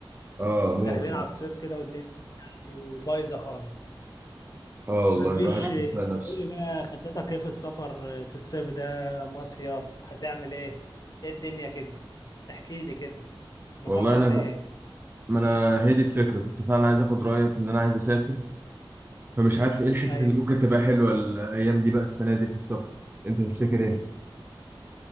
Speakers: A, on the right (about 25°); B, on the left (about 45°).
A: اه
B: وداخلين
A: ممكن
B: على الصيف كده والدنيا يعني بايظه خالص
A: اه والله
B: مفيش
A: الواحد بيسمع نفسه
B: تقول لي بقى خطتك ايه في السفر في الصيف ده مصيف هتعمل ايه ايه الدنيا كده احكي لي كده مخطط
A: والله انا
B: لايه
A: ما انا هي دي الفكره كنت فعلا عايز اخد رايك ان انا عايز اسافر فمش عارف ايه الحتت
B: ايوه
A: اللي ممكن تبقى حلوه الايام دي بقى السنه دي في السفر انت تفتكر ايه؟